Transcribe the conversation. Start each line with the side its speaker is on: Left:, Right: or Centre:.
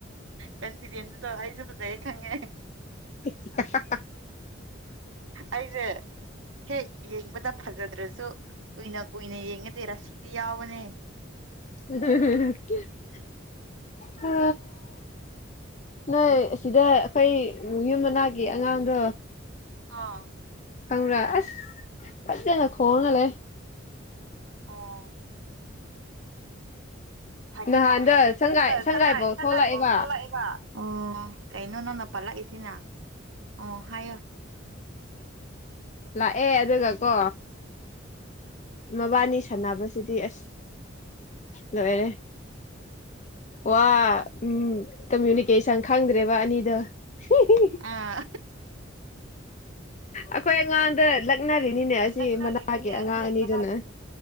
Right: ꯀꯟꯐꯤꯗꯦꯟꯇꯣ ꯑꯩꯁꯨ ꯐꯖꯩꯌꯦ ꯈꯪꯉꯦ
Left: <unintelligible>
Right: ꯑꯩꯖꯦ ꯍꯦꯠ ꯌꯦꯡꯕꯗ ꯐꯖꯗ꯭ꯔꯁꯨ ꯀꯨꯏꯅ ꯀꯨꯏꯅ ꯌꯦꯡꯉꯗꯤ ꯔꯁꯤꯗꯤ ꯌꯥꯎꯕꯅꯦ
Left: <unintelligible> ꯍꯥ ꯅꯣꯏ ꯑꯁꯤꯗ ꯑꯈꯣꯏ ꯌꯨꯝ ꯃꯅꯥꯒꯤ ꯑꯉꯥꯡꯗꯣ
Right: ꯑꯥ
Left: ꯈꯪꯕ꯭ꯔꯥ ꯑꯁ ꯐꯖꯅ ꯈꯣꯡꯉꯒ ꯂꯦ
Right: ꯑꯣ ꯐꯌꯦꯅ
Left: ꯅꯍꯥꯟꯗ ꯁꯪꯒꯥꯏ
Right: ꯁꯥ
Left: ꯁꯪꯒꯥꯏꯐꯥꯎ
Right: ꯁꯪꯒꯥꯏ ꯁꯪꯒꯥꯏꯐꯥꯎ
Left: ꯊꯣꯛꯂꯛꯑꯦꯕ
Right: ꯊꯣꯛꯂꯛꯑꯦꯕ ꯑꯣ ꯀꯩꯅꯣ ꯅꯪꯅ ꯄꯜꯂꯛꯏꯁꯤꯅ ꯑꯣ ꯍꯥꯏꯌꯣ
Left: ꯂꯥꯛꯑꯦ ꯑꯗꯨꯒ ꯀꯣ ꯃꯕꯥꯅꯤ ꯁꯥꯟꯅꯕꯁꯤꯗꯤ ꯑꯁ ꯂꯣꯏꯔꯦ ꯋꯥ ꯎꯝ ꯀꯝꯃ꯭ꯌꯨꯅꯤꯀꯦꯁꯟ ꯈꯪꯗ꯭ꯔꯦꯕ ꯑꯅꯤꯗꯣ ꯍꯦꯍꯦ
Right: ꯑꯥ
Left: ꯑꯈꯣꯏ ꯑꯉꯥꯡꯗ ꯂꯛꯅꯔꯤꯅꯤꯅꯦ ꯑꯁꯤ
Right: ꯂꯛꯅꯔꯤꯅꯤꯅꯦ
Left: ꯃꯅꯥꯒꯤ ꯑꯉꯥꯡ
Right: ꯑꯁꯤ
Left: ꯑꯅꯤꯗꯨꯅ
Right: ꯃꯅꯥꯛ